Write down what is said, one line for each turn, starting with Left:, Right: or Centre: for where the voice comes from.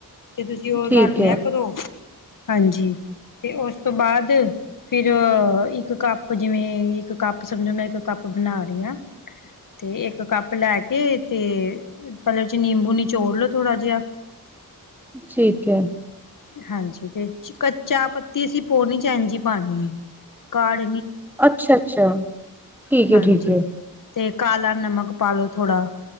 Left: ਤੇ ਤੁਸੀਂ ਔ
Centre: ਠੀਕ
Left: ਰੱਖ ਲਿਆ
Centre: ਹੈ
Left: ਕਰੋ। ਹਾਂਜੀ ਤੇ ਔਸ ਤੋਂ ਬਾਦ ਫਿਰ ਇੱਕ ਕੱਪ ਜਿਵੇਂ ਇੱਕ ਕੱਪ ਸਮਝੋ ਮੈਂ ਇੱਕ ਕੱਪ ਬਣਾ ਰੀ ਆਂ। ਤੇ ਇੱਕ ਕੱਪ ਲੈ ਕੇ ਤੇ ਪੈਲੇ ਔ ਚ ਨਿੰਬੂ ਨਿ ਚੋੜ ਲੋ ਥੋੜਾ ਜਿਆ
Centre: ਠੀਕ ਹੈ।
Left: ਹਾਂਜੀ ਤੇ ਚ ਕ ਚਾ ਪੱਤੀ ਅਸੀਂ ਪੋਨੀ ਚ ਐਂਜ ਈ ਪਾਣੀ ਏ, ਕਾੜ
Centre: ਅੱਛਾ ਅੱਛਾ। ਠੀਕ ਹੈ
Left: ਹਾਂਜੀ
Centre: ਠੀਕ ਹੈ।
Left: ਤੇ ਕਾਲਾ ਨਮਕ ਪਾ ਲੋੋ ਥੋੜਾ।